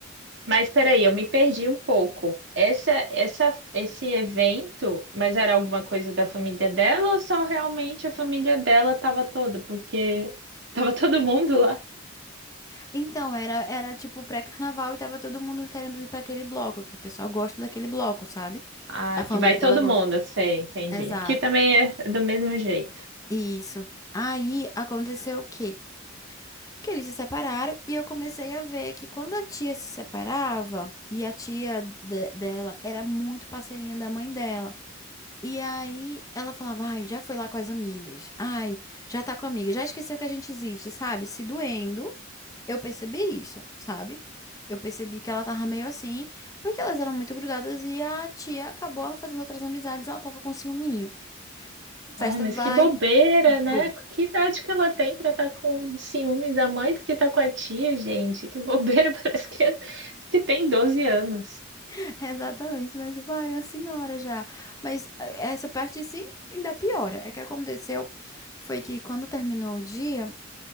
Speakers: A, on the right; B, on the left.
A: Mas peraí, eu me perdi um pouco. Essa, essa, esse evento, mas era alguma coisa da família dela ou só realmente a família dela tava toda? Porque <laughs> tava todo mundo lá.
B: Então, era, era tipo pré-carnaval e tava todo mundo querendo ir pra aquele bloco, que o pessoal gosta daquele bloco, sabe?
A: Ah,
B: A
A: que
B: família
A: vai
B: dela
A: todo
B: gosta.
A: mundo, sei, entendi.
B: Exato.
A: Aqui também é do mesmo jeito.
B: Isso. Aí aconteceu o quê? Que eles se separaram e eu comecei a ver que quando a tia se separava, e a tia de- dela era muito parceirinha da mãe dela. E aí ela falava, ai, já foi lá com as amigas, ai, já tá com a amiga, já esqueceu que a gente existe, sabe? Se doendo, eu percebi isso, sabe? Eu percebi que ela tava meio assim, porque elas eram muito grudadas e a tia acabou fazendo outras amizades, ela tava com ciúminho.
A: Ai,
B: Festa
A: mas
B: vai.
A: que bobeira,
B: Bom,
A: né? Que idade que ela tem pra estar com ciúme da mãe porque tá com a tia, gente? Que bobeira, <laughs> parece que, é- que tem 12 anos.
B: <laughs> Exatamente, né? Tipo, ai, a senhora já. Mas eh, essa parte sim ainda piora. É que aconteceu foi que quando terminou o dia,